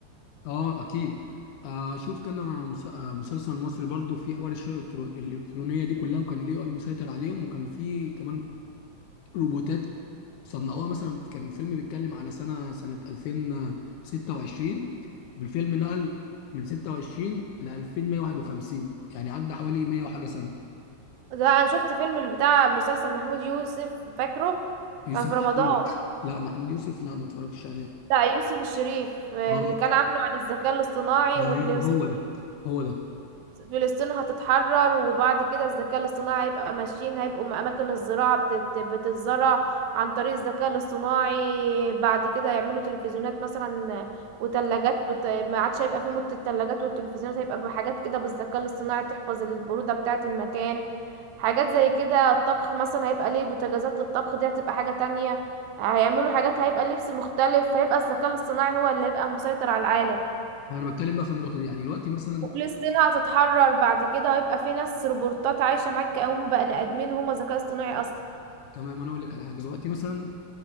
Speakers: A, on the left; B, on the right.
A: اه اكيد آه شفت انا مس- آه، مسلسل مصري برضو في حوار الشرع الالكترون الالكترونيه دي كلها وكان الاي اي مسيطر عليهم وكان في كمان روبوتات صنعوها مثلا كان فيلم بيتكلم على سنه سنه 2026 والفيلم نقل من 26 ل 2151 يعني عدى حوالي 100 وحاجه سنه
B: ده انا شفت فيلم اللي بتاع مسلسل محمود يوسف فاكره
A: يوسف
B: كان في
A: الشريف
B: رمضان
A: لا محمود يوسف لا ما اتفرجتش عليه
B: بتاع يوسف الشريف آه،
A: اه
B: اللي كان عامله عن الذكاء الاصطناعي
A: ايوه
B: وان
A: هو ده هو ده
B: فلسطين هتتحرر وبعد كده الذكاء الاصطناعي هيبقى ماشيين هيبقوا م- أماكن الزراعة بتت... بتتزرع عن طريق الذكاء الاصطناعي بعد كده يعملوا تلفزيونات مثلا وتلاجات بت... ما عادش هيبقى في مدة التلاجات والتلفزيونات هيبقى بحاجات كده بالذكاء الاصطناعي تحفظ البرودة بتاعة المكان حاجات زي كده الطبخ مثلا هيبقى ليه بوتاجازات الطبخ دي هتبقى حاجة تانية هيعملوا حاجات هيبقى لبس مختلف هيبقى الذكاء الاصطناعي هو اللي هيبقى مسيطر على العالم
A: انا بتكلم بقى في النقطه دي يعني دلوقتي مثلا
B: وفلسطين هتتحرر بعد كده وهيبقى في ناس روبوتات عايشة معاك كأنهم بني آدمين وهم ذكاء اصطناعي أصلا
A: تمام انا اقول لك على حاجه دلوقتي مثلا